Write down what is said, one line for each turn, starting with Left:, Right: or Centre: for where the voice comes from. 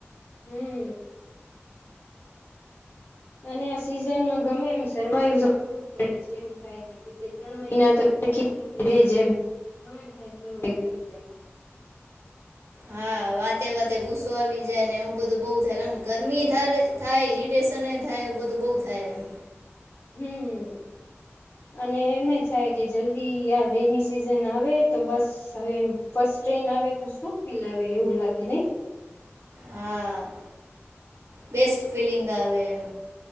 Left: હમ અને આ સિઝનમાં ગમે એમ સર્વાઈવ તો કરવું જ પડે છે એમ થાય છે કે બે ત્રણ મહિના તો સરખી ગરમી રે જેમ ગમે એમ થાય સર્વાઈવ કરી જાય
Right: હા વાતે વાતે ગુસ્સો આવી જાય ને એવું બધું બઉ થાય કારણ કે ગરમી થાય થાય ઈરિટેશન થાય એવું બધું બઉ થાય એમ.
Left: હમ અને એમ થાય કે જલ્દી આ રેની સિઝન આવે તો બસ હવે ફસ્ટ ટ્રેન આવે તો શું ફીલ આવે એવું લાગે નહી?
Right: હા બેસ્ટ ફિલિંગ આવે એમ.